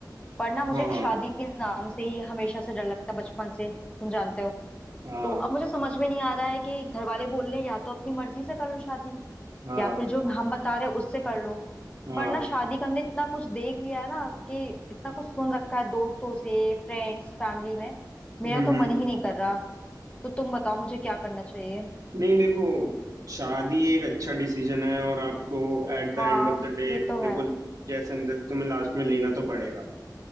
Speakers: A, on the left (about 15°); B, on the right (about 50°).
A: पर ना मुझे
B: हाँ हाँ
A: शादी के नाम से ही हमेशा से डर लगता है बचपन से तुम जानते हो
B: हाँ
A: तो अब मुझे समझ में नहीं आ रहा है कि घर वाले बोल रहे हैं या तो अपनी मर्जी से कर लो शादी
B: हाँ
A: या फिर जो हम बता रहे हैं उससे कर लो
B: हाँ
A: पर ना शादी का हमने इतना कुछ देख लिया है ना कि इतना कुछ सुन रखा है दोस्तों से फ्रेंड्स फैमिली में मेरा
B: हम्म
A: तो
B: हम्म
A: मन ही नहीं कर रहा तो तुम बताओ मुझे क्या करना चाहिए
B: नहीं देखो शादी एक अच्छा डिसीजन है और आपको at the
A: हाँ
B: end of the day
A: ये तो
B: देखो
A: है
B: जैसे न तैसे तुम्हें लास्ट में लेना तो पड़ेगा